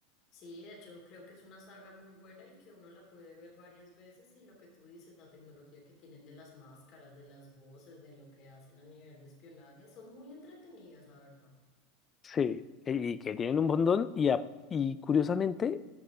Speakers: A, on the left; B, on the left.
A: Sí, de hecho, creo que es una saga muy buena y que uno la puede ver varias veces y lo que tú dices, la tecnología que tienen de las máscaras, de las voces, de lo que hacen a nivel de espionaje, son muy entretenidas, la verdad.
B: Sí, y que tienen un montón y, a- y curiosamente